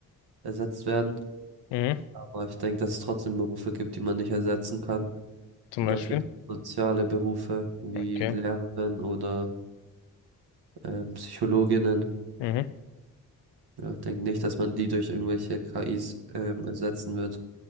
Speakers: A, on the right (about 65°); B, on the left (about 80°).
A: ersetzt werden.
B: Mhm.
A: Aber ich denke, dass es trotzdem Berufe gibt, die man nicht ersetzen kann.
B: Zum
A: Zum
B: Beispiel.
A: Beispiel soziale Berufe wie
B: Okay.
A: Lehrerin oder ähm, Psychologinnen.
B: Mhm.
A: Ja, ich denke nicht, dass man die durch irgendwelche KIs ähm, ersetzen wird.